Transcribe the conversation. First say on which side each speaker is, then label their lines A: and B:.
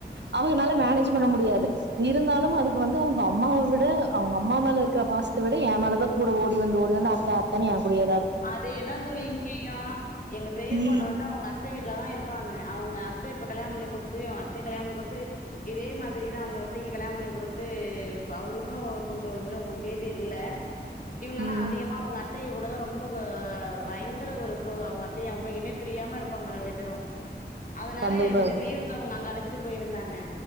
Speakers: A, on the right (about 80°); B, on the left (about 50°).
A: அவங்கனால மேனேஜ் பண்ண முடியாது இருந்தாலும் அதுக்கு வந்து அவுங்க அம்மாவ விட அவுங்க அம்மா மேல இருக்கற பாசத்த விட ஏ மேலதா கூட ஓடி வந்து ஓடி வந்து அத்த அத்தன்னு என கூடயேதா இருக்
B: அதேதா தோழி இங்கயு எங்க பெரிய
A: ம்
B: பொண்ணு வந்து அவுங்க அத் த வீட்லதா இருப்பாங்க அவுங்க அத்த இப்ப கல்யாண பண்ணி குடுத்து அவுங்க அத்தைய கல்யாண பண்ணி குடுத்து இதே மாதிரிதா அவுங்க அத்தைக்கு கல்யாண பண்ணி குடுத்து இப்ப அவுங்களுக்கும் கொஞ்சோ இன்னு பேபி இல்ல இவுங்க ஆனா
A: ம்
B: அதிகமா அவுங்க அத்தைக கூட தா ரொம்ப போ பயங்கர ஒரு குளோ அவுங்க அத்தையு அவங்களு இணை பிரியாம இருப்பாங்க ரெண்டு பேரு அதனால
A: கண்டிப்பா
B: இந்த லீவுல அவுங்க அங்க அழச்சிட்டு போயிருந்தாங்க